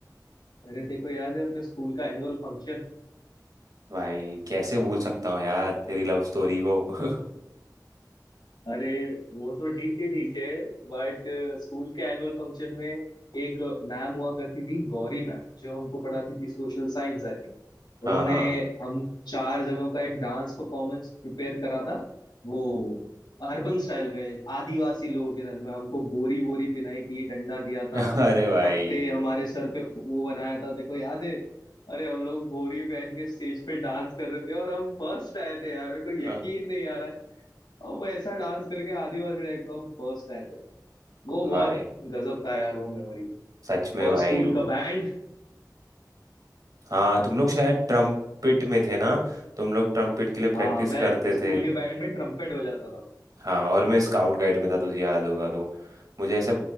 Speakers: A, on the left; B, on the right.
A: अरे तेरे को याद है अपने स्कूल का एनुअल फंक्शन
B: भाई कैसे भूल सकता हूँ यार तेरी लव स्टोरी को <laughs>
A: अरे वो तो ठीक ही ठीक है बट स्कूल के एनुअल फंक्शन में एक मैम हुआ करती थी गौरी मैम जो हमको पढ़ाती थी सोशल साइंस आई थिंक
B: हाँ
A: उन्होंने
B: हाँ
A: हम चार जनों का एक डांस परफॉर्मेंस प्रिपेयर करा था वो अर्बन स्टाइल में आदिवासी लोगों के स्टाइल में हमको बोरी वोरी पिनाई थी डंडा दिया था
B: <laughs> अरे भाई
A: पत्ते हमारे सर पे वो बनाया था देखो याद है अरे हम लोग बोरी पहन के स्टेज पे डांस कर रहे थे और हम फर्स्ट आए थे यार मेरे को
B: हाँ,
A: यकीन नहीं आ रहा है और वो ऐसा डांस करके आदिवासी टाइप का हम फर्स्ट आए थे वो बहुत
B: भाई
A: गजब था यार वो मेमोरी
B: सच में
A: और
B: भाई
A: स्कूल
B: वो
A: का बैंड
B: हाँ तुम लोग शायद ट्रम्पिट में थे ना तुम लोग ट्रम्पिट के लिए प्रैक्टिस
A: हाँ मैं
B: करते
A: स्कूल
B: थे
A: के बैंड में ट्रम्पेट बजाता था मैं
B: हाँ और मैं स्काउट गाइड में था तुझे याद होगा तो मुझे ऐसे